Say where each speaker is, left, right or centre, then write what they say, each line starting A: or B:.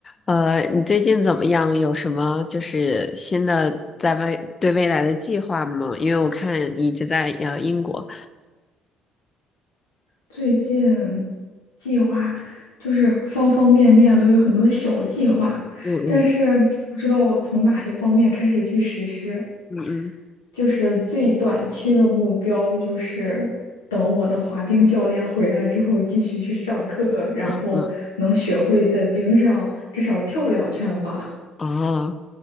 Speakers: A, on the left; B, on the left.
A: 呃，你最近怎么样？有什么就是新的在外对未来的计划吗？因为我看你一直在呃英国，
B: 最近计划就是方方面面都有很多小计划，
A: 嗯嗯
B: 但是不知道从哪些方面开始去实施。
A: 嗯嗯
B: 就是最短期的目标就是等我的滑冰教练回来之后继续去上课，然后能学会在冰上至少跳两圈吧。
A: 啊嗯哦，